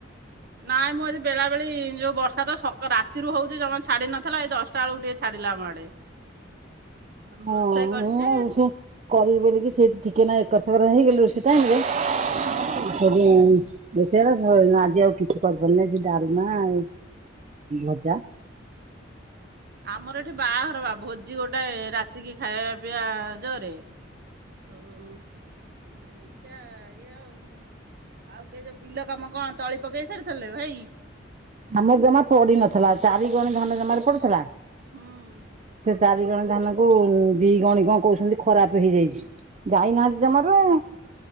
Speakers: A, on the right; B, on the right.
A: ନାଇଁ ମୁଁ ଆଜି ବେଳାବେଳି ଯୋଉ ବର୍ଷା ତ ସକ ରାତିରୁ ହଉଚି ଜମା ଛାଡି ନଥିଲା, ଏଇ ଦଶଟା ବଳକୁ ଟିକେ ଛାଡ଼ିଲା ଆମ ଆଡେ। ସେଠୁ
B: ହଁ
A: ରୋଷେଇ କରିଛି
B: ମୁଁ ଆଉ ସେ କରିବି ବୋଲିକି ଟିକେ ସେଇଠି ଟିକେ ନା ଏକର ସେକର ହେଇଗଲି ରୋଷେଇ ଟାଇମ୍ ରେ <unintelligible> <unintelligible>
A: ହୁଁ।
B: ଆଜି ଆଉ କିଛି କରିପାରିଲିନି ସେ ଡାଲମା ଆଉ ଭଜା।
A: ଆମର ଏଠି ବାହାଘର ବା ଭୋଜି ଗୋଟାଏ ରାତିକି ଖାଇବା ପିଇବା ଜୋରେ। ସୋଉଟୁ ଏମ୍ତିଆ ଇଏ ଆଉ। ଆଉ କେ ଯୋଉ ବିଲ କାମ କଣ ତଳି ପକେଇ ସାରିଥେଲେ ଭାଇ?
B: ଆମର ଜମା ପଡି ନଥେଲା, ଚାରିଗଣି ଧାନ ଜମାରୁ ପଡିଥେଲା।
A: ହୁଁ
B: ଚାରିଗଣି ଧାନ କୁ ଦି ଗଣି କଣ କହୁଚନ୍ତି କଣ ଖରାପେ ହେଇଯାଇଛି, ଯାଇନାହାନ୍ତି ଜମାରୁ ଆଉ।